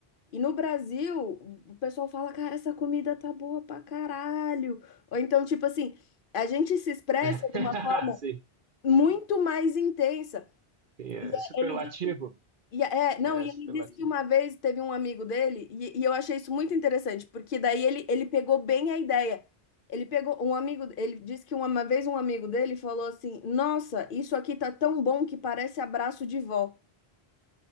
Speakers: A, on the left; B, on the right.
A: E no Brasil, o pessoal fala, cara, essa comida tá boa pra caralho. Ou então, tipo assim, a gente se expressa
B: <laughs>
A: de uma forma
B: Sim,
A: muito mais intensa.
B: sim, é superlativo.
A: Ele diz, e é, não,
B: É
A: e
B: superlativo.
A: ele disse que uma vez teve um amigo dele, e, e eu achei isso muito interessante, porque daí ele, ele pegou bem a ideia. Ele pegou um amigo, ele disse que uma vez um amigo dele falou assim: Nossa, isso aqui tá tão bom que parece abraço de vó.